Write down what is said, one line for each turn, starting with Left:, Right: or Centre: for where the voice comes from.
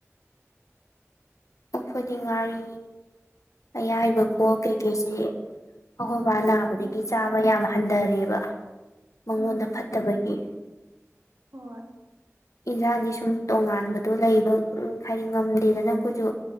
Left: ꯑꯩꯈꯣꯏꯗꯤ ꯉꯥꯔꯤ ꯑꯌꯥꯏꯕꯀꯣ ꯀꯩꯀꯩꯁꯤ ꯑꯩꯈꯣꯏꯕ ꯅꯥꯕꯗꯒꯤ
Right: ꯎꯝ
Left: ꯆꯥꯕ ꯌꯥꯝ ꯍꯟꯊꯔꯦꯕ ꯃꯉꯣꯟꯗ
Right: ꯎꯝ
Left: ꯐꯠꯇꯕꯒꯤ
Right: ꯍꯣꯏ
Left: ꯏꯟꯁꯥꯡꯗꯤ ꯁꯨꯝ ꯇꯣꯉꯥꯟꯕꯗꯣ ꯂꯩꯕ ꯍꯥꯏꯗꯤ ꯉꯝꯗꯦꯗꯅ ꯑꯩꯈꯣꯏꯁꯨ